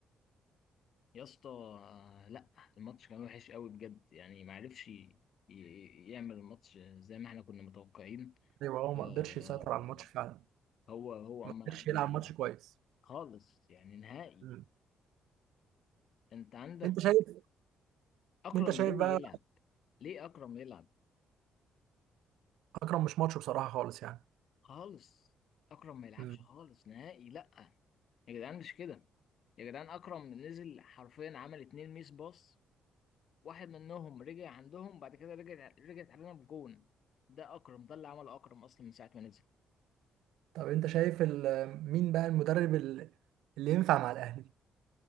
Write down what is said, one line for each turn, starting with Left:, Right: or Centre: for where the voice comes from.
Left: يا اسطى آه، لا الماتش كان وحش قوي بجد يعني ما عرفش ي- ي- يعمل الماتش زي ما احنا كنا متوقعين
Right: ايوه هو
Left: آه،
Right: ما قدرش يسيطر على الماتش فعلا
Left: هو هو
Right: ما
Left: ما,
Right: قدرش
Left: ما
Right: يلعب ماتش كويس
Left: خالص يعني نهائي
Right: مم.
Left: انت عندك
Right: انت شايف
Left: اكرم
Right: انت شايف
Left: ليه
Right: بقى
Left: يلعب ليه اكرم يلعب
Right: اكرم مش ماتش بصراحه خالص يعني
Left: خالص اكرم ما يلعبش
Right: مم.
Left: خالص نهائي لا يا جدعان مش كده يا جدعان اكرم نزل حرفيا عمل اتنين ميس باص واحد منهم رجع عندهم بعد كده رجع رجعت علينا بجون ده اكرم ده اللي عمل اكرم اصلا من ساعه ما نزل
Right: طب انت شايف ال- مين بقى المدرب ال- اللي ينفع مع الاهلي